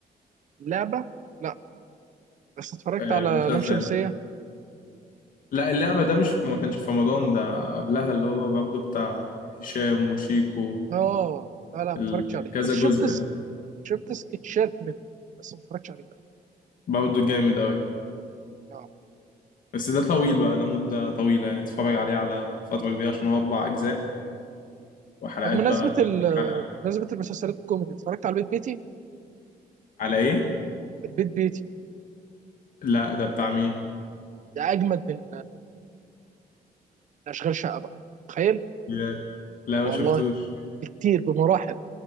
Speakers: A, on the right; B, on the left.
A: اللعبه لا بس اتفرجت
B: آه
A: على
B: مسلسل
A: لام شمسيه
B: لا اللعبة ده مش ما كانش في رمضان ده قبلها اللي هو برضه بتاع هشام وشيكو
A: اه لا لا ما
B: ال-
A: اتفرجتش عليه
B: كذا
A: بس شفت
B: جزء
A: س...
B: ده
A: شفت سكتشات منه بس ما اتفرجتش عليه لا
B: برضه جامد أوي
A: آه.
B: بس ده طويل بقى ده مدة طويلة يعني تتفرج عليه على فترة كبيرة عشان هو أربع أجزاء وحلقات
A: طب بمناسبة
B: بقى 30
A: ال...
B: حلقة
A: بمناسبة المسلسلات الكوميدي اتفرجت على البيت بيتي؟
B: على إيه؟
A: البيت بيتي
B: لا ده بتاع مين؟
A: ده اجمد من اشغال شقه بقى تخيل
B: يا لا
A: والله
B: ما شفتوش
A: كتير بمراحل